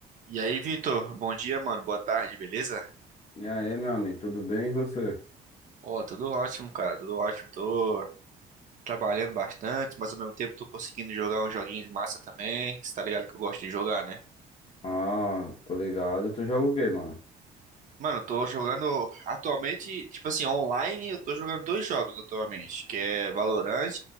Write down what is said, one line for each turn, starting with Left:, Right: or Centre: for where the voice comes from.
Right: E aí, Vitor? Bom dia, mano. Boa tarde, beleza?
Left: E aí, meu amigo, tudo bem e você?
Right: Ó, tudo ótimo, cara. Tudo ótimo. Tô trabalhando bastante, mas ao mesmo tempo tô conseguindo jogar uns joguinhos massa também. Você tá ligado que eu gosto de jogar, né?
Left: Ah, tô ligado. Tu joga o quê, mano?
Right: Mano, eu tô jogando atualmente, tipo assim, online, eu tô jogando dois jogos atualmente, que é Valorant